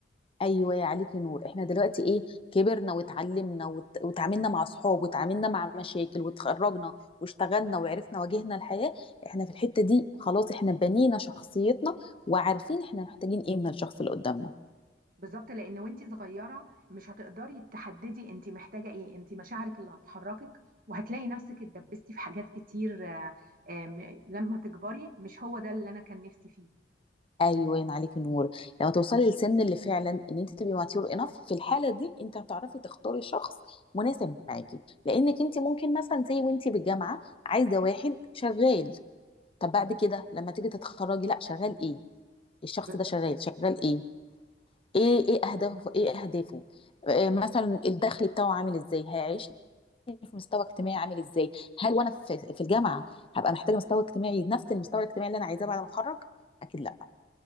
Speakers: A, on the left (about 30°); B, on the right (about 50°).
A: ايوه يا عليك نور احنا دلوقتي ايه كبرنا واتعلمنا وت... وتعاملنا مع اصحاب وتعاملنا مع مشاكل وتخرجنا واشتغلنا وعرفنا واجهنا الحياة احنا في الحتة دي خلاص احنا بنينا شخصيتنا وعارفين احنا محتاجين ايه من الشخص اللي قدامنا
B: بالظبط لان وانت صغيره مش هتقدري تحددي انت محتاجه ايه انت مشاعرك اللي هتحركك وهتلاقي نفسك اتدبستي في حاجات كتير آه، آه، م- لما تكبري مش هو ده اللي انا كان نفسي فيه
A: ايوه يا عليك نور لما توصلي للسن اللي فعلا ان انت تبقي ماتيور انف في الحاله دي انت هتعرفي تختاري شخص مناسب معاكي لانك انت ممكن مثلا زي وانت بالجامعه عايزه واحد شغال طب بعد كده لما تيجي تتخرجي لا شغال ايه الشخص
B: بالظبط
A: ده شغال شغال ايه ايه ايه اهدافه ايه اهدافه آه، مثلا الدخل بتاعه عامل ازاي هيعيشني في مستوى اجتماعي عامل ازاي هل وانا في في الجامعه هبقى محتاجه مستوى اجتماعي نفس المستوى الاجتماعي اللي انا عايزاه بعد ما اتخرج اكيد لا